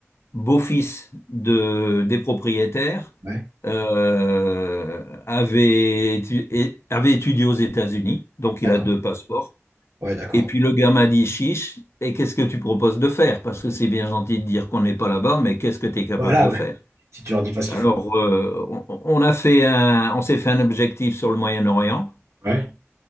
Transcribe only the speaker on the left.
beaux-fils de, des propriétaires
euh, avait, étu- é- avait étudié aux États-Unis, donc il
a deux passeports.
Et puis le gars m'a dit, chiche, et qu'est-ce que tu proposes de faire? Parce que c'est bien gentil de dire qu'on n'est pas là-bas, mais qu'est-ce que tu es capable
de
faire?
Alors,
euh, on, on a fait un, on s'est fait un objectif sur le Moyen-Orient,